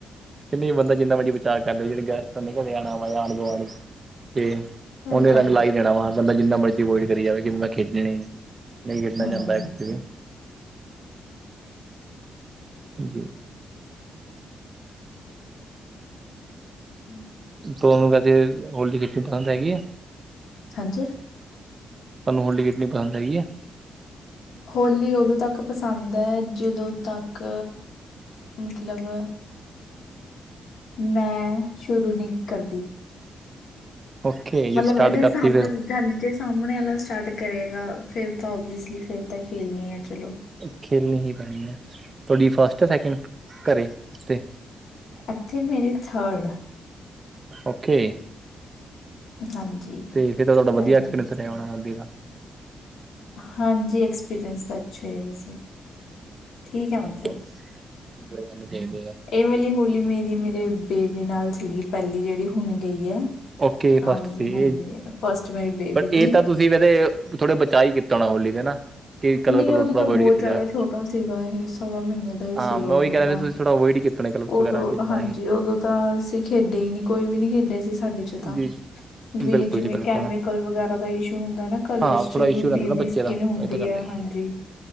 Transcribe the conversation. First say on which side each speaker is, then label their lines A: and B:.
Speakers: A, on the right (about 25°); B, on the left (about 70°).
A: ਨਹੀ ਬੰਦਾ ਜਿੰਨਾ ਮਰਜ਼ੀ ਵਿਚਚਾਰ ਕਰ ਲੇ, ਜਿਹੜੇ ਗੈਸਟਾਂ ਨੇ ਘਰੇ ਆਉਣਾ, ਮਤਲਬ ਆਲੇ ਦੁਆਲੇ, ਤੇ
B: ਇਹ
A: ਉਹਨੇ
B: ਤਾਂ
A: ਰੰਗ
B: ਹੈ
A: ਲਾਈ ਦੇਣਾ ਵਾ, ਬੰਦਾ ਜਿੰਨਾ ਮਰਜ਼ੀ ਅਵੋਇਡ ਕਰੀ ਜਾਵੇ, ਕਿ ਮੈਂ ਖੇਡਣੇ ਨਹੀਂ ਗਿਰਨਾ
B: ਹਮ
A: ਚਾਹੁੰਦਾ ਹੈ ਕੁਛ ਵੀ। ਜੀ।
B: ਹਮ <unintelligible>
A: ਤੁਹਾਨੂੰ ਵੈਸੇ, ਹੋਲੀ ਪਸੰਦ ਹੈਗੀ ਐ।
B: ਹਾਂਜੀ
A: ਤੁਹਾਨੂੰ ਹੋੌਲੀ ਖੇਡਣੀ ਪਸੰਦ ਹੈਗੀ ਹੈ
B: ਹੋਲੀ ਉਦੋਂ ਤੱਕ ਪਸੰਦ ਹੈ ਜਦੋਂ ਤੱਕ ਮਤਲਬ ਮੈਂ ਸ਼ੁਰੂ ਨੀ ਕਰਦੀ
A: ਓਕੇ ਜਦੋਂ
B: ਮਤਲਬ
A: ਸਟਾਰਟ
B: ਇਹਦੇ
A: ਕਰਤੀ
B: ਸਾਹਮਣੇ
A: ਫਿਰ
B: ਜਾਂ ਜ ਸਾਹਮਣੇ ਵਾਲਾ ਸਟਾਰਟ ਕਰੇਗਾ ਫੇਿਰ ਤਾਂ ਓਬਸ ਫਿਰ ਤਾਂ ਖੇਲਣੀ ਆ ਚਲੋ
A: ਖੇਲਣੀ ਹੀ ਪੈਣੀ ਹੈ ਤੁਹਾਡੀ ਫਸਟ ਹੈ ਸੈਕਿੰਡ ਘਰ ਉਤੇ
B: ਇੱਥੇ ਮੇਰੀ ਥਰਡ
A: ਓਕੇ
B: ਹਾਂਜੀ
A: ਤੇ ਫਿਰ ਤੁਹਾਡਾ ਵਧੀਆ
B: ਥਰਡ
A: ਐਕਪਰੀਅੰਸ ਰਿਹਾ ਉਹਣਾੱਗੇ ਦਾ
B: ਹਾਂਜੀ ਐਕਸਪੀਰੀਅੰਸ ਤਾਂ ਅੱਛਾ ਹੈ ਵੈਸੇ ਠੀਕ ਹੈ
A: ਗੇ
B: ਮਤਲਬ
A: ਇੰਜੋਏ ਕਰਨੇ ਚਾਹੀਦੇ ਆ
B: ਇਹ ਵਾਲੀ ਹੋਲੀ ਮੇਰੀ ਮੇਰੇ ਬੇਬੀ ਨਾਲ ਸੀਗੀ ਪਹਿਲੀ ਜਿਹੜੀ ਹੁਣ ਗਈ ਹੈ
A: ਓਕੇ
B: ਆਹ
A: ਫਸਟ
B: ਵਾਲੀ
A: ਸੀ
B: ਹਾਂਜੀ
A: ਇਹ
B: ਫਸਟ ਮੇਰੀ ਬੇਬੀ
A: ਪਰ
B: ਦੀ
A: ਤਾਂ ਤੁਸੀਂ ਵੀ ਫਿਰ ਥੋੜੇ ਬਚਾ ਹੀ ਕੀਤਾ ਹੋਣਾ ਹੋਲੀ ਦੇ ਨਾ ਕਿ ਕਲਰ
B: ਨਹੀਂ
A: ਕਲਰ
B: ਉਦੋਂ
A: ਥੋੜਾ
B: ਤਾਂ
A: ਅਵੋਇਡ
B: ਬਹੁਤ
A: ਕੀਤਾ
B: ਜ਼ਿਆਦਾ
A: ਜਾਵੇ
B: ਛੋਟਾ ਸੀਗਾ ਇਹ ਸਵਾ ਮਹੀਨੇ ਦਾ ਹੀ
A: ਹਾਂ
B: ਸੀਗਾ
A: ਮੈਂ
B: ਉਦੋਂ
A: ਉਹੀ ਕਹਿ
B: ਤਾਂ
A: ਰਿਹਾ ਤੁਸੀਂ ਥੋੜਾ ਅਵੋਇਡ ਹੀ ਕੀਤੇ ਨੇ ਕਲਰਸ
B: ਉਦੋਂ
A: ਵਗੈਰਾ ਕਿ ਨਾ
B: ਹਾਂਜੀ
A: ਹੀ
B: ਉਦੋਂ ਤਾਂ ਅਸੀਂ ਖੇਡੇ ਹੀ ਨਹੀਂ ਕੋਈ ਵੀ ਨਹੀਂ ਖੇਡੇ ਸੀ ਸਾਡੇ ਚ ਤਾਂ
A: ਜੀ ਜੀ
B: ਵੀ
A: ਬਿਲਕੁਲ
B: ਜਿਵੇਂ
A: ਜੀ ਬਿਲਕੁਲ
B: ਕੈਮੀਕਲ ਵਗੈਰਾ ਦਾ ਇਸ਼ੂ ਹੁੰਦਾ ਨਾ
A: ਹਾਂ
B: ਕਲਰਸ ਚ
A: ਥੋੜਾ ਇਸ਼ੂ
B: ਵੀ
A: ਰਹਿੰਦਾ
B: ਬੇਬੀ
A: ਨਾ ਬੱਚੇ
B: ਸਕਿਨ
A: ਦਾ
B: ਹੁੰਦੀ
A: ਇਹ ਤਾਂ ਗੱਲ
B: ਹੈ
A: ਹੈਗੀ
B: ਹਾਂਜੀ